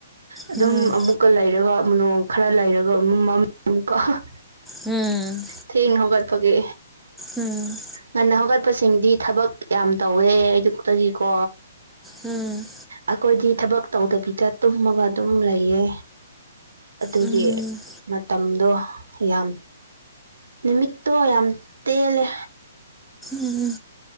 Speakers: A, on the right (about 85°); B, in the centre.
A: ꯑꯗꯨꯝ
B: ꯎꯝ
A: ꯑꯃꯨꯛ ꯑꯃꯨꯛꯀ ꯂꯩꯔꯒ ꯅꯣꯡ ꯈꯔ ꯂꯩꯔꯒ ꯃꯝ <unintelligible>
B: ꯎꯝ
A: ꯊꯦꯡꯅ ꯍꯧꯒꯠꯄꯒꯤ
B: ꯎꯝ
A: ꯉꯟꯅ ꯍꯧꯒꯠꯄꯁꯤꯡꯗꯤ ꯊꯕꯛ ꯌꯥꯝ ꯇꯧꯋꯦ ꯑꯌꯨꯛꯇꯒꯤꯀꯣ
B: ꯎꯝ
A: ꯑꯩꯈꯣꯏꯗꯤ ꯊꯕꯛ ꯇꯧꯗꯕꯤꯗ ꯇꯨꯝꯃꯒ ꯑꯗꯨꯝ ꯂꯩꯌꯦ ꯑꯗꯨꯒꯤ
B: ꯎꯝ
A: ꯃꯇꯝꯗꯣ ꯌꯥꯝ ꯅꯨꯃꯤꯠꯇꯣ ꯌꯥꯝ ꯇꯦꯜꯂꯦ
B: ꯎꯝ